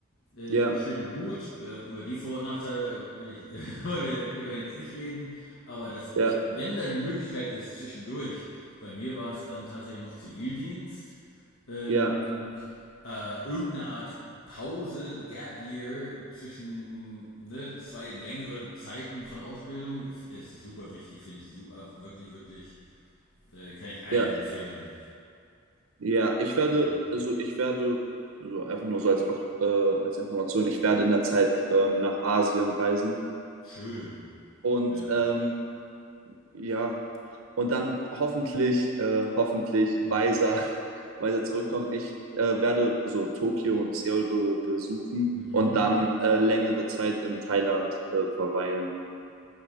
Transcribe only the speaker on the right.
ja,
ja,
ja,
ja,
ja. Ich werde,
also ich werde so einfach nur so als, auch, äh, als Information, ich werde in der Zeit ähm, nach Asien reisen
Und
ähm, ja, und dann hoffentlich, äh, hoffentlich
weiser, <laughs> weiser zurückkommen. Ich äh, werde so Tokio und Seoul be besuchen
und dann äh, längere Zeit in Thailand äh, verweilen.